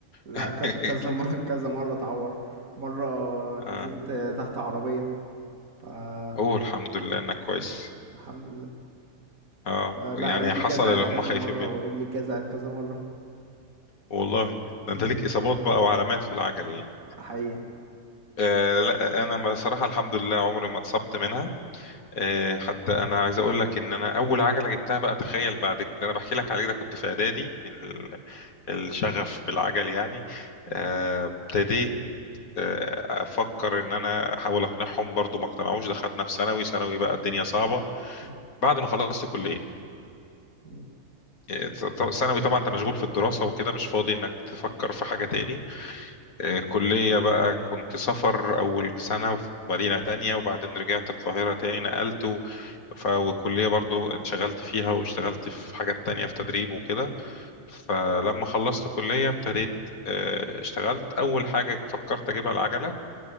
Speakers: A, on the right; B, on the left.
A: لا
B: <laughs>
A: ك- كذا مره <laughs> كذا مره اتعور مره نزلت
B: آه.
A: تحت عربيه فالحمد
B: أوه الحمد لله إنك كويس
A: لله
B: اه
A: لا
B: يعني
A: ايدي
B: حصل
A: اتجزعت
B: اللي هم
A: كذا
B: خايفين
A: مرة ورجلي اتجزعت كذا مرة
B: والله
A: مم.
B: ده انت ليك اصابات بقى وعلامات في العجل يعني
A: حقيقي
B: آه لا انا ما- صراحه الحمد لله عمري ما اتصبت منها آه حتى انا عايز اقول لك ان انا اول عجله جبتها بقى تخيل بعد اللي انا بحكي لك عليه ده كنت في اعدادي ال-
A: مم.
B: الشغف بالعجل يعني
A: مم.
B: آه، ابتديت آه، افكر ان انا احاول اقنعهم برضو ما اقتنعوش دخلنا في ثانوي ثانوي بقى الدنيا صعبه
A: مم.
B: بعد ما خلصت كليه
A: مم.
B: آه، ط- ثانوي طبعا انت مشغول في الدراسه وكده مش فاضي انك تفكر في حاجه تاني آه، كلية بقى كنت سفر أول سنة في مدينة تانية وبعدين رجعت القاهرة تاني نقلت و... ف- والكلية برضو انشغلت فيها واشتغلت في حاجات تانية في تدريب وكده فلما خلصت كلية ابتديت آه، اشتغلت أول حاجة فكرت أجيبها العجلة